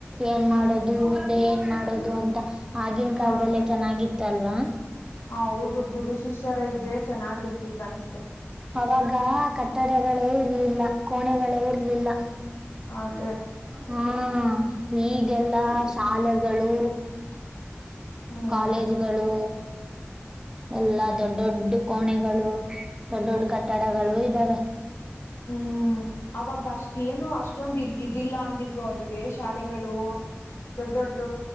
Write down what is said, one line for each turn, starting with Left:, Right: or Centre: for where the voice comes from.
Right: ಏನ್ ಮಾಡೋದು
Left: ಹ್ಮ್
Right: ಮುಂದೆ ಏನ್ ಮಾಡೋದು ಅಂತ ಆಗಿನ್ ಕಾಲದಲ್ಲೇ
Left: ಅದೇ
Right: ಚೆನ್ನಾಗಿತ್ ತ್ ಅಲ್ವಾ.
Left: ಹೌದು ಗುರು ಶಿಷ್ಯರು ಇದ್ರೆ ಚೆನ್ನಾಗಿರ್ತಿತ್ತು ಅನ್
Right: ಅವಾಗ ಕಟ್ಟಡಗಳೇ ಇರ್ಲಿಲ್ಲ. ಕೋಣೆಗಳೇ ಇರ್ಲಿಲ್ಲ
Left: ಅದೇ
Right: ಹ್ಮ ಹ್ಮ್ ಈಗೆಲ್ಲಾ ಶಾಲೆಗಳು.
Left: ಹ್ಮ್
Right: ಕಾಲೇಜ್ಗಳು.
Left: ಹ್ಮ್
Right: ಎಲ್ಲಾ ದೊಡ್ ದೊಡ್ಡು ಕೋಣೆಗಳು ದೊಡ್ ದೊಡ್ ಕಟ್ಟಡಗಳು ಇದ್ದಾವೆ.
Left: ಹ್ಮ್ ಅವಾಗ್ದ ಅಷ್ಟ್ ಏನು ಅಷ್ಟೊಂದು ಇದಿಲ್ಲ ಅಂದಿದ್ರು ಅವ್ರಿಗೆ ಶಾಲೆಗಳು. ದೊಡ್ ದೊಡ್ಡ